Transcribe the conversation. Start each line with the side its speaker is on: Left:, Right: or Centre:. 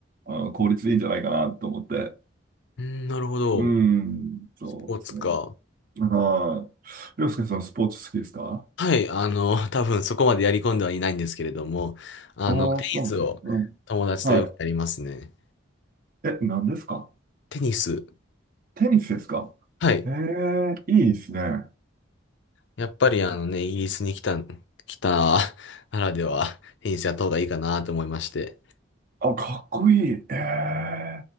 Right: あの、効率いいんじゃないかなと思って、
Left: うん、なるほど。
Right: うん、そうですね。
Left: スポーツか。
Right: はい。りょうすけさん、スポーツ好きですか
Left: はい、あの、多分そこまでやり込んではいないんですけれども、あの、
Right: ああー、
Left: テニスを友達とよくやりますね。
Right: そうなんです。うん。はい。え、何ですか
Left: テニス。
Right: テニスですか
Left: はい。
Right: ええいいですね。
Left: やっぱりあのね、イギリスに来た、来たならでは、テニスやった方がいいかなと思いまして。
Right: あ、かっこいい。え